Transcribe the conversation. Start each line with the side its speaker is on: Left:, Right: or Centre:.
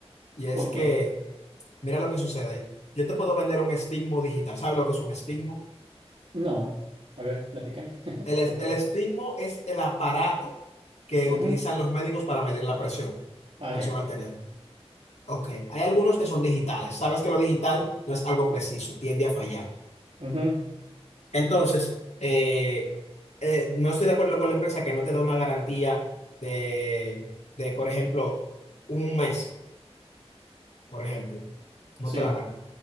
Left: y es
Right: ¿Por
Left: que,
Right: qué?
Left: mira lo que sucede. Yo te puedo vender un estigmo digital. ¿Sabes lo que es un estigmo?
Right: No, a ver, platícame, <laughs>
Left: El, es-
Right: por favor.
Left: el estigmo es el aparato que
Right: Ujú.
Left: utilizan los médicos para medir la presión,
Right: Ah,
Left: presión
Right: ya.
Left: arterial. Ok, hay algunos que son digitales. Sabes que lo digital no es algo preciso, tiende a fallar.
Right: Ujú,
Left: Entonces, eh, eh, no estoy de acuerdo con la empresa que no te da una garantía de, de, por ejemplo, un mes, por ejemplo. No
Right: Sí.
Left: te la da.